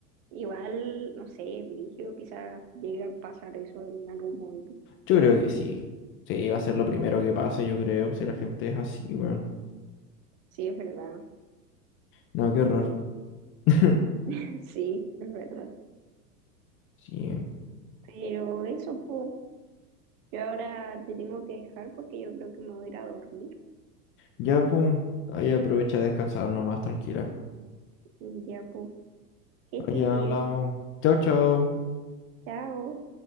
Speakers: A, on the right (about 50°); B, on the left (about 25°).
A: Igual, no sé, Brigio quizás llegue a pasar eso en algún momento.
B: Yo creo que sí, sí, va a ser lo primero que pase, yo creo, si la gente es así, weón.
A: Sí, es verdad.
B: No, qué horror. <laughs>
A: <laughs> Sí, es verdad.
B: Sí.
A: Pero eso, pues, yo ahora te tengo que dejar porque yo creo que me voy a ir a dormir.
B: Ya, pum. Ahí aprovecha a descansar nomás, tranquila.
A: Y ya, pues, que
B: Ahí
A: este
B: hablamos.
A: bien
B: Chau, chau.
A: Chao.